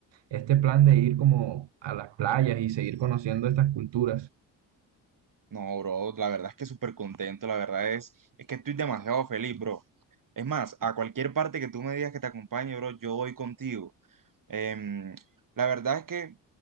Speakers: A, on the right; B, on the right.
A: este plan de ir como a las playas y seguir conociendo estas culturas.
B: No, bro, la verdad es que súper contento, la verdad es, es que estoy demasiado feliz, bro. Es más, a cualquier parte que tú me digas que te acompañe, bro, yo voy contigo. Em, la verdad es que,